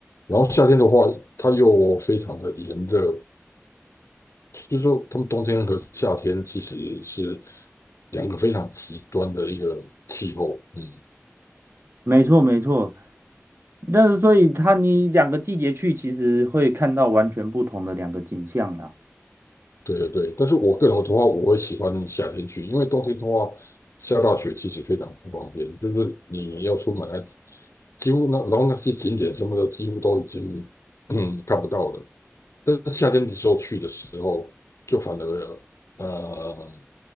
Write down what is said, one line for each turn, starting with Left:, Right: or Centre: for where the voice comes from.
Left: 然后夏天的话，它又非常的炎热，就是说他们冬天和夏天其实是两个非常极端的一个气候。嗯，
Right: 没错没错，但是所以它你两个季节去，其实会看到完全不同的两个景象啦。
Left: 对对对，但是我个人的话，我会喜欢夏天去，因为冬天的话下大雪其实非常不方便，就是你要出门还几乎那然后那些景点什么的几乎都已经嗯看不到了。但是夏天的时候去的时候，就反而呃